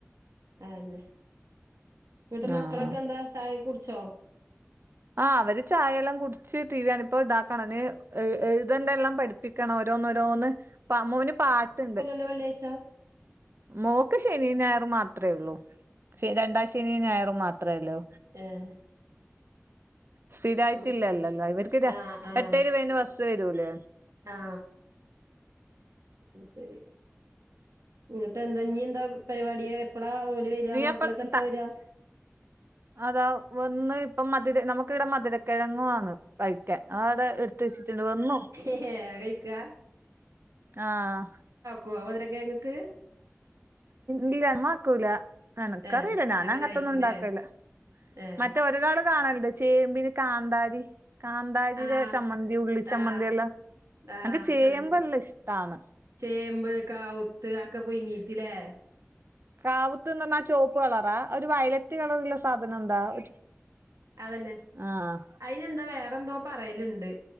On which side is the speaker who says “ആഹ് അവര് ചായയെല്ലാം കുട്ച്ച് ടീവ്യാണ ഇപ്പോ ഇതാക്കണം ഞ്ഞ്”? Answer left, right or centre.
Right